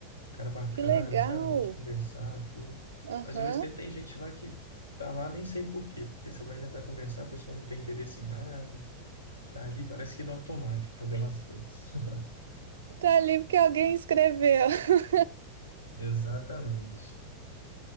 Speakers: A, on the left; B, on the right.
A: cara bacana,
B: Que legal!
A: sabe? Bom de conversar, tudo.
B: Aham.
A: Mas ao mesmo tempo tem gente lá que tá lá nem sei por quê. Porque você vai tentar conversar, a pessoa não tem interesse em nada, tá ali, parece que no automático, fazendo as coisas. <laughs>
B: Tá ali porque alguém escreveu. <laughs>
A: Exatamente.